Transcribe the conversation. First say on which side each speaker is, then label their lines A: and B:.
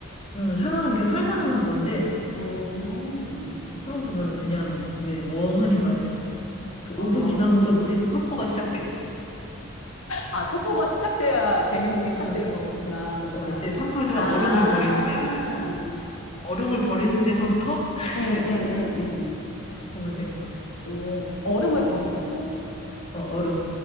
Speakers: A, on the left (about 30°); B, on the left (about 85°).
A: 음, 상황, 이렇게 설명하는 건데,
B: 음,
A: 처음 보면은 그냥, 그냥 멍하니 봐야지. 그
B: 아.
A: 5분 지나고서부터 이제 첩보가 시작돼.
B: 아, 첩보가 시작돼야 재밌는 게 시작되는
A: 음,
B: 거구나, 하니까.
A: 어, 이제 탐 크루즈가
B: 아,
A: 얼음을 버리는데 얼음을 버리는 데서부터 <laughs>
B: 음,
A: 이제
B: 음, 음, 음.
A: 보면 되는 거야.
B: 오, 얼음을 버린다고?
A: 어, 얼음.